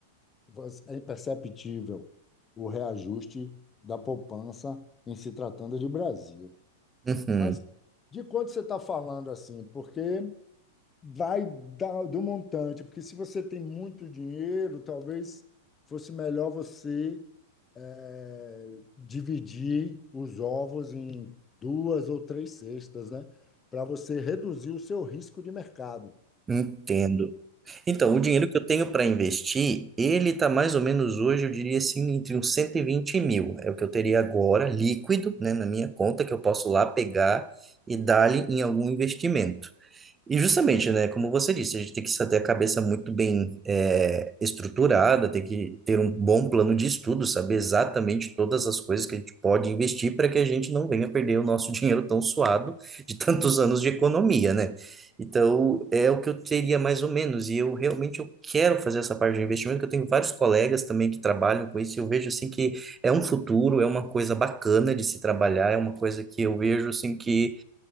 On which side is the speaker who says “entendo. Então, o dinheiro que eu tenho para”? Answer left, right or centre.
Right